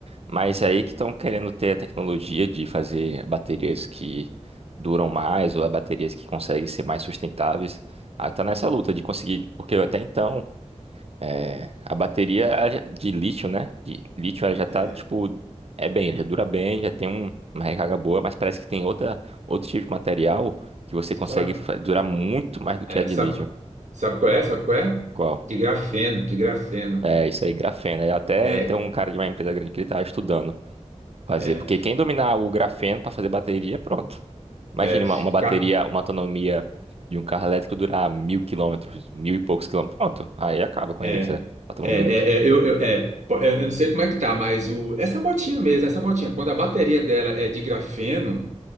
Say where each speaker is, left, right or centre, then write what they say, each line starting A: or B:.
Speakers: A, on the right (about 55°); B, on the right (about 75°).
A: Mas aí que estão querendo ter a tecnologia de fazer baterias que duram mais ou baterias que conseguem ser mais sustentáveis. Aí tá nessa luta de conseguir, porque até então eh, a bateria ela já- de lítio, né? De lítio ela já tá
B: É.
A: tipo é bem, já dura bem, já tem um- uma recarga boa, mas parece que tem outra outro tipo de material que você consegue
B: Sabe?
A: fa- durar muito mais do que
B: É,
A: a de
B: sabe,
A: lítio.
B: sabe qual é? Sabe qual é?
A: Qual?
B: De grafeno, de grafeno.
A: É isso aí, grafeno. Aí Até
B: É,
A: tem um cara de uma empresa grande que ele tá estudando. fazer.
B: é,
A: Porque quem dominar o grafeno para fazer bateria, pronto. Imagina
B: é,
A: uma, uma bateria,
B: ca-
A: uma autonomia de um carro elétrico durar mil quilômetros, mil e poucos quilômetros. Pronto. Aí acaba com
B: é,
A: a indústria automobilística.
B: é, é, é, eu, eu, é, pô, eu eu não sei como é que tá, mas o, essa motinha mesmo, essa motinha, quando a bateria dela é de grafeno,